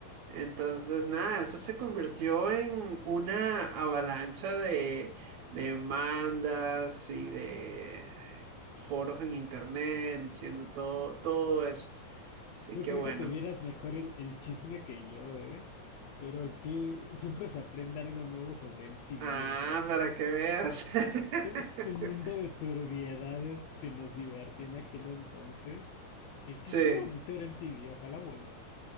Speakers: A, on the right; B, on the left.
A: Entonces, nada, eso se convirtió en una avalancha de demandas y de foros en internet diciendo todo, todo eso. Así
B: No
A: que
B: creo
A: bueno.
B: que tuvieras mejor el, el chisme que yo, ¿eh? Pero que siempre se aprende algo nuevo sobre MTV,
A: Ah,
B: o sea,
A: para que veas. <laughs>
B: su, su mundo de turbiedades que nos divertía en aquel entonces. Qué, qué,
A: Sí,
B: qué bonito era MTV, ojalá vuelva.